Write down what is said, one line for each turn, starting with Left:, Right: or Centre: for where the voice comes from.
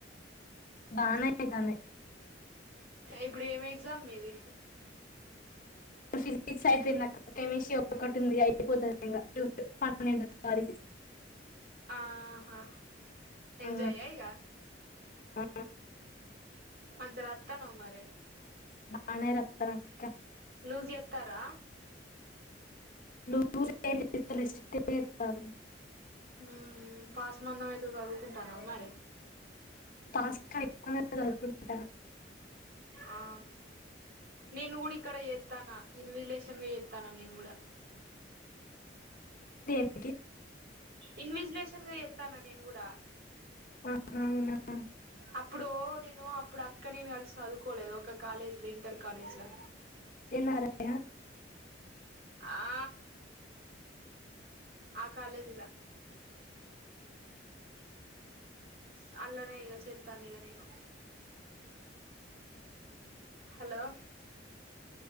Left: బానే అయితున్నాయి
Right: ఇప్పుడు ఏమి ఎగ్జామ్ మీది
Left: ఫిజక్స్ అయిపోయిన కెమిస్ట్రీ ఒకటి ఉంది అయిపోతుంది ఇంకా పన్నెండ వారికి
Right: ఆహా ఎంజాయ
Left: ఆ,
Right: ఇగా
Left: ఆ,
Right: మంచి రాత్తానవ మరి
Left: బానే రాత్తనక్క
Right: లూజీ ఇత్తారా
Left: లూజ్ ఏం లేదు స్ట్రిక్ట్ గా ఇత్తరు
Right: ఉ పాస్ మందం అయితే చదువుకుంటన్నావ మరి
Left: పాస్ ఎక్కువనే చదువుకుంటాను
Right: ఆ నేను కూడా ఇక్కడ చేత్తానా నను రిలేషన్గా చేత్తన్నా నేను కూడా
Left: తె
Right: ఇన్విజలేషన్ గా చెత్తన్న నేను కూడా
Left: ఆహా, అవునా
Right: అప్ ఇప్పుడు నేను అప్పుడు అక్క నేను కలిసి చదువుకోలేదు ఒక కాలేజీలో ఇంటర్ కాలేజీలో
Left: ఏ నారాయణ
Right: ఆ ఆ కాలేజిలా సాల్లనే ఈ చెత్తాను ఇగ నేను హలో